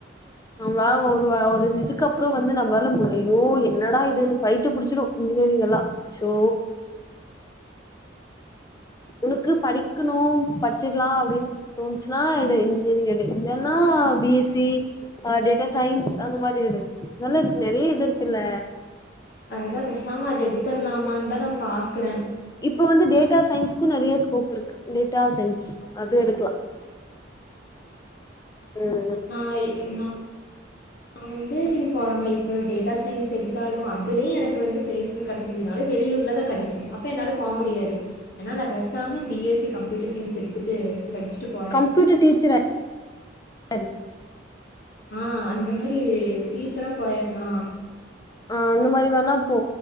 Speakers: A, on the left; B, on the left.
A: நம்மளா
B: ம்
A: ஒரு ஒரு இது க்கப்றோ வந்து நம்மளால மு அய்யோ என்னடா இதுன் பயித்தியோ புடிச்சிடு இன்ஜினியரிங் எல்லா சோ உனக்கு படிக்கணு படிச்சிடலா அப்டின்னு தோணுச்சுனா எடு இன்ஜினியரிங் எடு இல்லனா பி எஸ் சி ஆ டேட்டா சயின்ஸ் அந்த மாரி எடு நல்லா இருக்கு நெறையா இது இருக்கல்ல
B: அதுதா பேசாம அத எடுத்தர்லாமான்னுதா நா பாக்குற
A: இப்ப வந்து டேட்டா சயின்ஸ்க்கு நெறையா ஸ்கோப் இருக்கு டேட்டா சயின்ஸ் அது எடுக்கலா ம்
B: நாயி நா வந்து டீச்சிங் போறனா இப்ப டேட்டா சயின்ஸ் எடுத்தாலு அதுலயே எனக்கு வந்து பிளேஸ்மெண்ட் கெடைச்சுந்தாலு வெளியூர்லதா கெடை க்கு அப்போ என்னால போ முடியாது அதுனால நா பேசாம B S C computer science எடுத்துட்டு படிச்சிட்டு போ
A: கம்ப்யூட்டர் டிச்சர் ஆயிரு
B: ஆ அந்த மாரி டீச்சரா போயர்லா
A: ஆ அந்த மாரி வேணா போ